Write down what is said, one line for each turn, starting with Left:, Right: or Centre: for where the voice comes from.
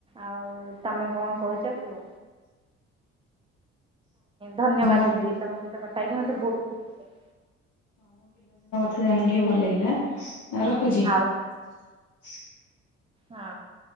Right: ଆଉ ତମେ କଣ କହୁଛ କୁହ ଧନ୍ୟବାଦ
Left: ମୁଁ
Right: ଦିଦି ତମ ସହିତ କଥା ହେଇକି ମତେ ବହୁତ ଖୁସି <inaudible>
Left: ଥା ଜାଣିକି ବି ଭଲ ଲାଗିଲା। ରଖୁଛି। <inaudible>
Right: ଆଉ
Left: ହ
Right: ହଁ